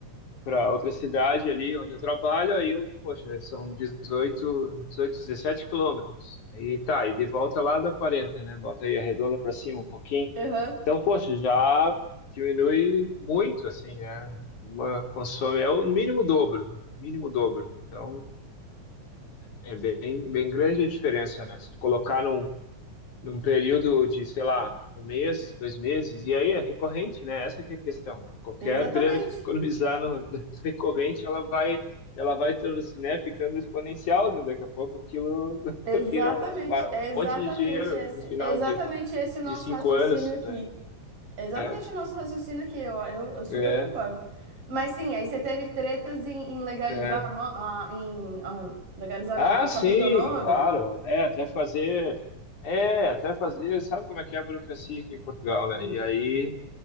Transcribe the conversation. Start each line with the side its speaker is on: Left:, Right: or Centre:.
Left: para outra cidade ali onde eu trabalho, aí eu, poxa, são 18, 18, 17 quilômetros. Aí tá, e de volta lá dá 40, né? Bota aí a redonda para cima um pouquinho.
Right: Aham,
Left: Então, poxa, já diminui muito, assim, né? Uma consome, é o mínimo dobro, mínimo dobro. Então, é bem, bem grande a diferença, né? Se colocar num num período de, sei lá, um mês, dois meses, e aí é recorrente, né? Essa que é a questão. Qualquer
Right: Exatamente.
Left: grana que tu economizar no <laughs> recorrente, ela vai, ela vai tendo, né, ficando exponencial, né? Daqui a pouco aquilo <laughs>
Right: Exatamente.
Left: vira um,
Right: É
Left: um
Right: exatamente
Left: monte de dinheiro
Right: esse,
Left: no final
Right: é exatamente
Left: de,
Right: esse o nosso
Left: de cinco
Right: raciocínio
Left: anos,
Right: aqui.
Left: né?
Right: É exatamente
Left: É,
Right: o nosso raciocínio aqui, eu, eu, eu super
Left: é.
Right: concordo. Mas sim, aí você teve tretas em, em legalizar,
Left: é.
Right: a mo- ah, em ah, legalizar
Left: Ah,
Right: não, em passar
Left: sim,
Right: pro teu nome.
Left: claro. É, até fazer. É, até fazer. Sabe como é que é a burocracia aqui em Portugal, né? E aí